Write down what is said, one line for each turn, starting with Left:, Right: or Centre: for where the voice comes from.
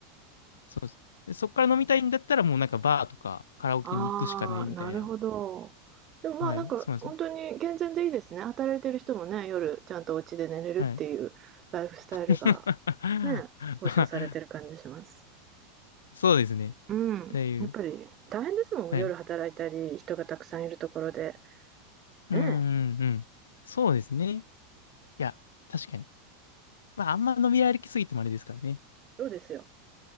Left: そうです。で、そっから飲みたいんだったら、もうなんかバーとかカラオケに行くしかないみたいな。
Right: ああ、なるほど。でもまあ、
Left: はい、
Right: なんか本当に健全でいいですね。
Left: そうなんですよ。
Right: 働いてる人もね、夜ちゃんとお家で寝れるっていうライフスタイルが
Left: はい。<laughs>
Right: ね、保障されてる感じします。
Left: そうですね。
Right: うん、
Left: だいぶ。
Right: やっぱり大変ですもん、
Left: はい。
Right: 夜働いたり、人がたくさんいるところで。
Left: うん、
Right: ねえ、
Left: うん、うん。そうですね。いや、確かに。まあ、あんま飲み歩きすぎてもあれですからね。
Right: そうですよ。